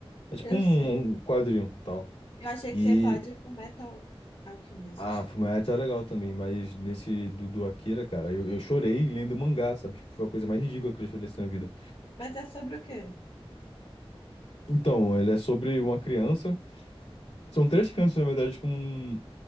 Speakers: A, on the left; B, on the left.
A: é tipo
B: Eu
A: um
B: sei.
A: um quadrinho e tal.
B: Eu achei
A: E
B: que você ia falar de Fullmetal Alchemist.
A: Ah, Fullmetal é legal também, mas nesse do, do Akira, cara, eu, eu chorei lendo o mangá, sabe? Tipo, foi a coisa mais ridícula que eu já chorei assim na vida.
B: Mas é sobre o quê?
A: Então, ele é sobre uma criança. São três crianças, na verdade, com,